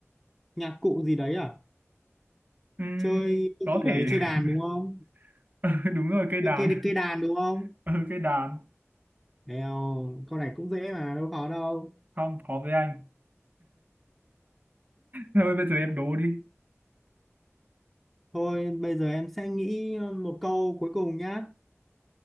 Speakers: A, in the centre; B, on the right.
A: nhạc cụ gì đấy à
B: Ừm,
A: chơi cái
B: có
A: gì đấy
B: thể <laughs>
A: chơi đàn đúng không
B: <laughs> Ừ, đúng rồi cây đàn
A: cái cây cây đàn đúng không
B: <laughs> ừ, cây đàn
A: đèo câu này cũng dễ mà đâu khó đâu
B: không khó với anh thôi bây giờ em đố đi
A: Thôi bây giờ em sẽ nghĩ một câu cuối cùng nhá.